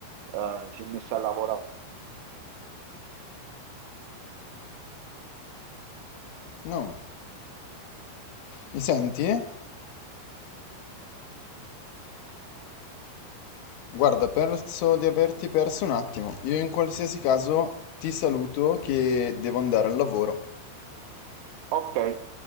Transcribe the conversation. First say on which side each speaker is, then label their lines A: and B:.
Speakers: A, on the right (about 80°); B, on the left (about 80°).
A: eh, si è messa a lavorare.
B: No, mi senti? Guarda, penso di averti perso un attimo. Io in qualsiasi caso ti saluto che devo andare al lavoro.
A: Ok,